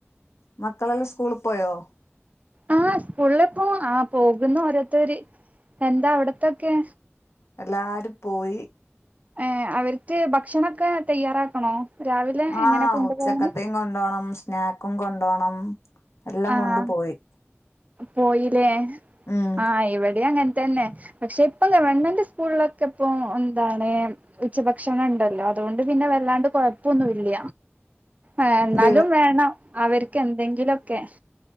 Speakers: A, on the left (about 80°); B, on the right (about 35°).
A: മക്കളെല്ലാം സ്കൂളിൽ പോയോ?
B: ആഹ് സ്കൂളിലിപ്പോ ആ പോകുന്നു ഓരോരുത്തര് എന്താ അവിടത്തൊക്കെ?
A: എല്ലാരും പോയി
B: ഏ അവർക്ക് ഭക്ഷണൊക്കെ തയ്യാറാക്കണോ? രാവിലെ
A: ആഹ്
B: എങ്ങനെ കൊണ്ടുപോകാന്
A: ഉച്ചക്കത്തീം കൊണ്ടോണം സ്നാക്കും കൊണ്ടോണം എല്ലാം
B: ആഹ്
A: കൊണ്ടു പോയി
B: പോയിലേ
A: ഉം
B: ആഹ് ഇവിടേം അങ്ങന തന്നെ പക്ഷെ ഇപ്പം ഗവൺമെന്റ് സ്കൂളിലൊക്കെപ്പോ എന്താണ് ഉച്ചഭക്ഷണണ്ടല്ലോ അതുകൊണ്ട് പിന്നെ വല്ലാണ്ട് കൊഴപ്പൊന്നും ഇല്ല ആ എന്നാലും
A: ഇല്ല ഇവ
B: വേണം അവർക്ക് എന്തെങ്കിലൊക്കെ